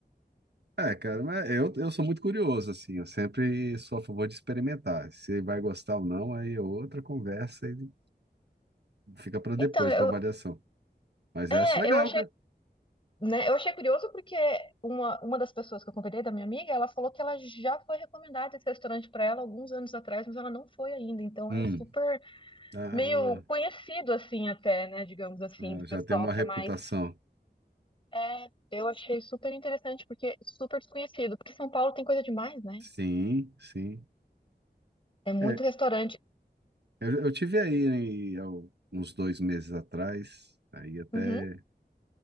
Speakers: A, on the right; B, on the left.
A: É, cara, mas eu, eu sou muito curioso, assim, eu sempre sou a favor de experimentar. Se vai gostar ou não, aí é outra conversa e fica para depois,
B: Então, eu,
A: para avaliação. Mas
B: é,
A: eu acho legal,
B: eu achei,
A: cara.
B: né, eu achei curioso porque uma, uma das pessoas que eu convidei, da minha amiga, ela falou que ela já foi recomendada esse restaurante para ela alguns anos atrás, mas ela não foi ainda. Então,
A: Hum,
B: é super
A: ah,
B: meio conhecido, assim, até, né, digamos assim,
A: ah,
B: do pessoal
A: já tem uma
B: que
A: reputação.
B: é mais. É, eu achei super interessante porque super desconhecido, porque São Paulo tem coisa demais, né?
A: Sim, sim.
B: É muito
A: É,
B: restaurante.
A: eu, eu tive aí, né, há uns dois meses atrás, aí até,
B: Uhum.